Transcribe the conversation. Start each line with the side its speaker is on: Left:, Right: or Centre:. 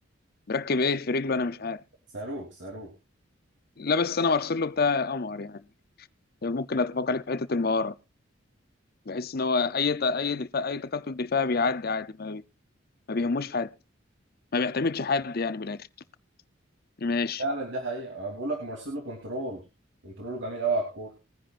Left: مركب ايه في رجله انا مش عارف
Right: صاروخ صاروخ
Left: لا بس انا مارسيلو بتاع قمر يعني ممكن اتفق عليك في حته المهاره بحس ان هو اي ت- اي دفاع اي تكتل دفاعي بيعدي عادي ما, بي... ما بيهموش حد ما بيعتمدش حد يعني بالاخر ماشي
Right: فعلا دي حقيقة أنا بقول لك مارسيلو كنترول كنترول جميل قوي على الكورة